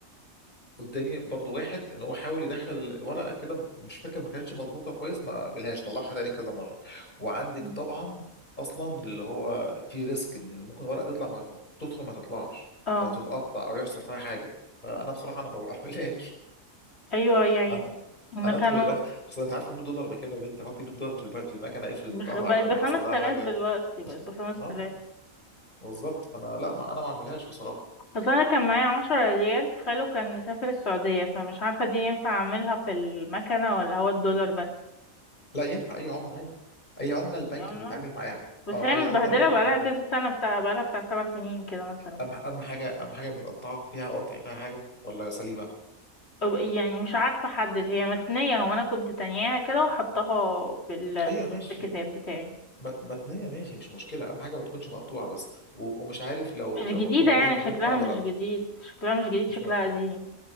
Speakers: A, on the left; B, on the left.
A: قدامي برضو واحد ان هو حاول يدخل الورقه كده مش فاكر ما كانتش مظبوطه كويس ما قبلهاش طلعها تاني كذا مره وعندك
B: مم.
A: طبعا اصلا اللي هو في ريسك ان ممكن الورقه تطلع ما تدخل ما تطلعش
B: اه
A: او تتقطع او يحصل فيها حاجه فانا بصراحه انا ما بعملهاش
B: ايوه يعني
A: <laughs> انا
B: هما
A: انا
B: كانوا
A: ادخل البنك اصلا انت عارف ال 100 دولار بكام يا بنتي حطي 100 دولار في الب- في المكنه افرض
B: بخ...
A: اتقطعت
B: بقت
A: ولا
B: بخمس
A: حصل لها
B: تلاف
A: حاجه
B: دلوقتي بقت بخمس
A: اه
B: تلاف.
A: بالظبط فانا لا ما انا ما اعملهاش بصراحه
B: اصل انا كان معايا عشرة ريال خاله كان مسافر السعودية فمش عارفة دي ينفع اعملها في المكنة ولا هو الدولار بس
A: لا ينفع اي عمله عادي اي عمله البنك
B: دي عملة
A: بيتعامل معاها
B: بس
A: اه
B: هي
A: اي
B: متبهدلة
A: عمله البنك بيتعامل
B: بقالها كذا
A: معاها
B: سنة بتاع بقالها بتاع سبع سنين كده مثلا
A: أهم أهم حاجة أهم حاجة متقطعة فيها قطع فيها حاجة ولا سليمة؟
B: أو- يعني مش عارفة احدد هي متنية هو انا كنت تانياها كده وحطاها في ال-
A: أيوة ماشي
B: في الكتاب بتاعي
A: م- متنية ماشي مش مشكلة أهم حاجة ما تكونش مقطوعة بس و- ومش عارف لو
B: مش
A: لو
B: جديدة
A: مكتوب عليها
B: يعني
A: بتنفع
B: شكلها
A: ولا
B: مش
A: لأ
B: جديد شكلها مش جديد
A: مش
B: شكلها
A: مع-
B: قديم